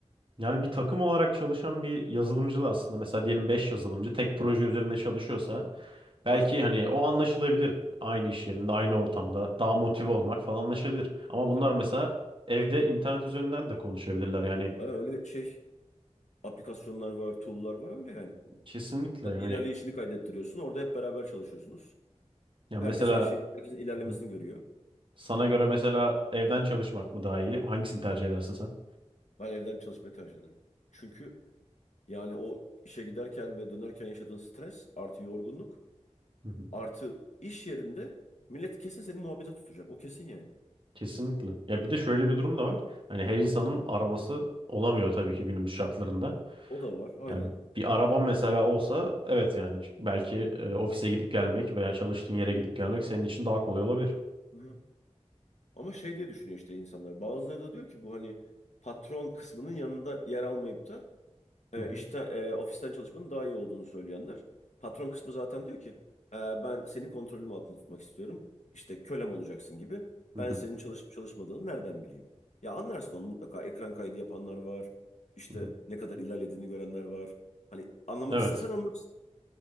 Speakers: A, on the right (about 45°); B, on the left (about 80°).
A: Yani bir takım olarak çalışan bir yazılımcı da aslında mesela diyelim 5 yazılımcı tek proje üzerinde çalışıyorsa Belki
B: Ha,
A: hani o anlaşılabilir aynı iş yerinde, aynı ortamda daha motive olmak falan anlaşılabilir. Ama
B: tabii
A: bunlar
B: tabii.
A: mesela evde internet üzerinden de konuşabilirler yani
B: Ha, öyle şey aplikasyonlar var, tool'lar var öyle yani.
A: kesinlikle
B: Sen
A: yani
B: ilerleyişini kaydettiriyorsun. Orada hep beraber çalışıyorsunuz.
A: ya
B: Herkes
A: mesela
B: her şeyin, herkesin ilerlemesini
A: Hı hı.
B: görüyor.
A: sana göre mesela evden çalışmak mı daha iyi? Hangisini tercih edersin sen?
B: Ben evden çalışmayı tercih ederim. Çünkü Yani o işe giderken ve dönerken yaşadığın stres artı yorgunluk
A: Hı hı.
B: artı iş yerinde millet kesin seni muhabbete tutacak. O kesin yani.
A: Kesinlikle. Ya bir de şöyle bir durum da var. Hani her insanın arabası olamıyor tabii ki günümüz şartlarında.
B: O da var aynen.
A: Yani bir araban mesela olsa evet yani belki e, ofise gidip gelmek veya çalıştığın yere gidip gelmek senin için daha kolay olabilir.
B: Hı-hı. Ama şey diye düşünüyor işte insanlar. Bazıları da diyor ki bu hani patron kısmının yanında yer almayıp da e,
A: Hı hı.
B: işte e, ofisten çalışmanın daha iyi olduğunu söyleyenler. Patron kısmı zaten diyor ki "E, ben seni kontrolüm altında tutmak istiyorum. İşte kölem olacaksın gibi.
A: Hı
B: Ben
A: hı.
B: senin çalışıp çalışmadığını nereden bileyim? Ya anlarsın onu mutlaka. Ekran kaydı yapanlar var. İşte
A: Hı hı.
B: ne kadar ilerlediğini görenler var. Hani anlamak
A: Evet.
B: istesen anlarsın.